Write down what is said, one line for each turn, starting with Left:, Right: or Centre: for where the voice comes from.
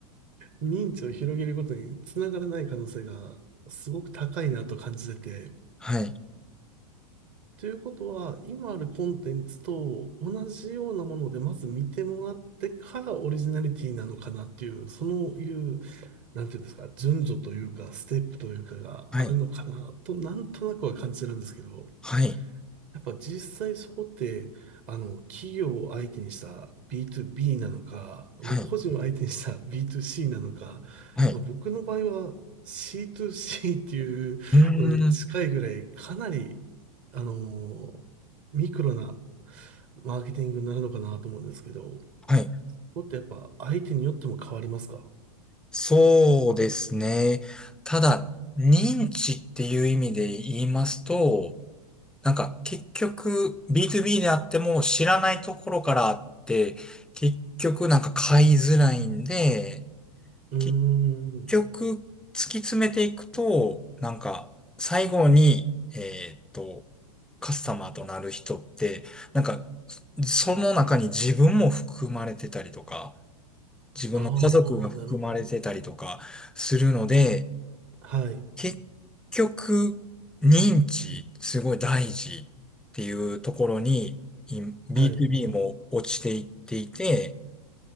Right: 認知を広げることにつながらない可能性がすごく高いなと感じてて、
Centre: はい。
Right: ということは、今あるコンテンツと同じようなものでまず見てもらってからオリジナリティなのかなっていう、そのいうなんていうんですか、順序というか、ステップというかがあるのかなと、
Centre: はい。
Right: なんとなくは感じてるんですけど、
Centre: はい。
Right: やっぱ実際そこって、あの、企業を相手にした B2B なのか、もう個人を相手にした
Centre: はい。
Right: B2C なのか、
Centre: はい。
Right: まあ、僕の場合は C2C っていうのに近いぐらい、
Centre: うーん。
Right: かなり、あの、ミクロなマーケティングになるのかなと思うんですけど、こ
Centre: はい。
Right: こってやっぱ相手によっても変わりますか
Centre: そうですね。ただ、認知っていう意味で言いますと、なんか結局 B2B であっても知らないところからあって、結局なんか買いづらいんで、
Right: うー
Centre: 結
Right: ん。
Centre: 局突き詰めていくと、なんか最後に、えーっと、カスタマーとなる人って、なんかその中に自分も含まれてたりとか、自分の家族が含まれてたりとかするので、
Right: ああ、なるほど。はい、
Centre: 結局、認知、すごい大事っていうところに、い B2B
Right: はい。う
Centre: も落ちていっていて、